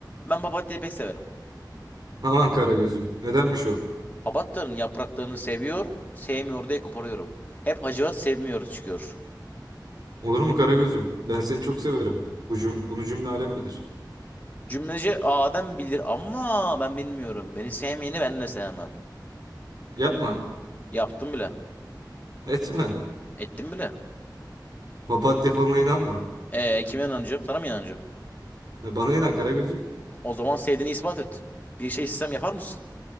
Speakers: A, on the left; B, on the right.
A: ben papatyayı pek severim.
B: Aman Karagözüm. Nedenmiş o?
A: Papatyanın yapraklarını seviyor, sevmiyor diye koparıyorum. Hep Hacivat sevmiyor çıkıyor.
B: Olur mu Karagözüm? Ben seni çok severim. Bu cüm- bunu cümle alem bilir.
A: Cümleci Adem bilir ama ben bilmiyorum. Beni sevmeyeni ben de sevmem.
B: Yapma.
A: Yaptım bile.
B: Etme.
A: Ettim bile.
B: Papatya falına inanma.
A: Ee, kime inanacağım? Sana mı inanacağım?
B: Ya Bana inan Karagözüm.
A: O zaman sevdiğini ispat et. Bir şey sistem yapar mısın?